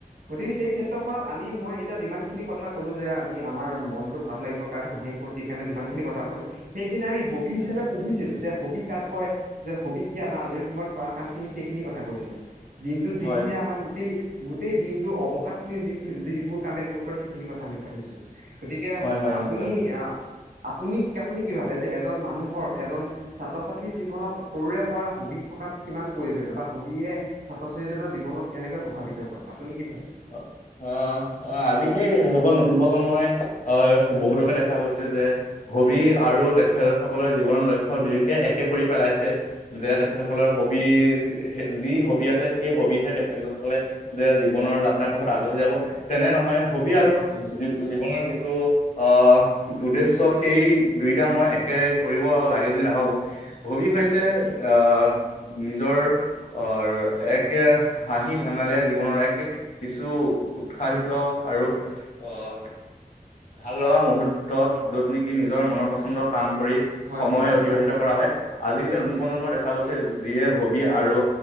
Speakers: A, on the right; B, on the left.
A: গতিকে সেই ক্ষেত্ৰখনত আমি মই এতিয়া যিমানখিনি কথা কলো যে আমি আমাৰ মনতটো ভাল লাগিবৰ কাৰণে সেই ফূুৰ্তিৰ কাৰণে যিমানখিনি কথা কলো সেইখিনি আমি হবি হিচাপে পঢ়িছিলো যে হবি কাক কয় যে হবি কি আমাৰ আজৰি সময়ত কৰা কামখিনি সেইখিনি কথা কৈছিলো দিনটোত যিখিনি
B: হয়
A: আমাক গোটেই গোটেই দিনটোৰ অৱসাদখিনি যিখিনি যিবোৰ কামে দূৰ কৰে সেইখিনি কথা আমি পঢ়িছো গতিকে
B: হয় হয়
A: আপুনি
B: নিশ্চয়
A: আপুনি আপুনি কি ভাবে যে এজন মানুহৰ এজন ছাত্ৰ ছাত্ৰী কি জীৱনত সৰুৰে পৰা হবি থকাটো প্ৰয়োজন বা হবিয়ে ছাত্ৰ ছাত্ৰীজনৰ জীৱনত কেনেকৈ প্ৰভাৱিত কৰে আপুনি কি ভাবে
B: অ অ অ আজিকালি যুগত ন নতুন প্ৰজন্মই আহ বহুতকে দেখা গৈছে যে হবি আৰু তেখেত সকলৰ জীৱনৰ লক্ষ্য দুয়োকে একে কৰি পেলাইছে যে তেখেতসকলৰ হবিৰ যি হবি আছে সেই হবিতহে তেখেত সকলে যে জীৱনৰ তাৰ পাছত আগবাঢ়ি যাব তেনে নহয় হবি
A: হয়
B: আৰু
A: হয় হয় নিশ্চয়
B: জীৱনৰ যিটো অ উদ্দেশ্য সেই দুইটা মই একে কৰিব লাগে বুলি নাভাবো হবি হৈছে আহ নিজৰ আহ এক হাঁহি ধেমালি জীৱনৰ এক কিছু উৎসাহিত আৰু আহ ভাল লগা মুহূৰ্তত য'ত নেকি নিজৰ মনৰপচন্দক কাম কৰি
A: হয়
B: সময়
A: হয় হয়
B: অতিবাহিত
A: হয়
B: কৰা হয় আজি নতুন প্ৰজন্মই দেখা গৈছে যিয়ে হ বি আৰু